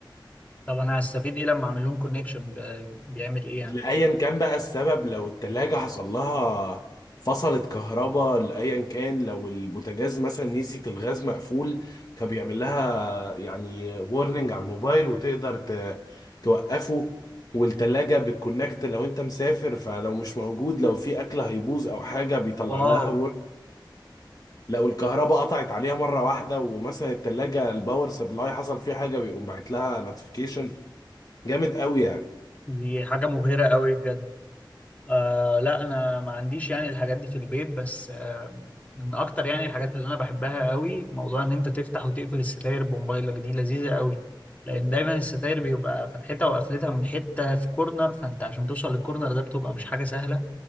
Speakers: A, on the left; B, on the left.
A: طب انا هستفيد ايه لما اعمل لهم كونكشن بيعمل ايه يعني؟
B: لأيا كان بقى السبب لو التلاجة حصل لها فصلت كهرباء لأيا كان لو البوتاجاز مثلا نسيت الغاز مقفول فبيعمل لها يعني وورنينج على الموبايل وتقدر ت- توقفه والتلاجة بتكونكت لو انت مسافر فلو مش موجود لو في اكل هيبوظ او حاجة بيطلع
A: واو
B: لها لو الكهرباء قطعت عليها مرة واحدة ومثلا التلاجة الباور سبلاي حصل فيها حاجة بيقوم باعت لها نوتيفيكيشن جامد قوي يعني
A: دي حاجة مبهرة قوي بجد آه لا انا ما عنديش يعني الحاجات دي في البيت بس آه من اكتر يعني الحاجات اللي انا بحبها قوي موضوع ان انت تفتح وتقفل الستاير بموبايلك دي لذيذة قوي لان دايما الستاير بيبقى فتحتها وقفلتها من حتة في كورنر فانت عشان توصل للكورنر ده بتبقى مش حاجة سهلة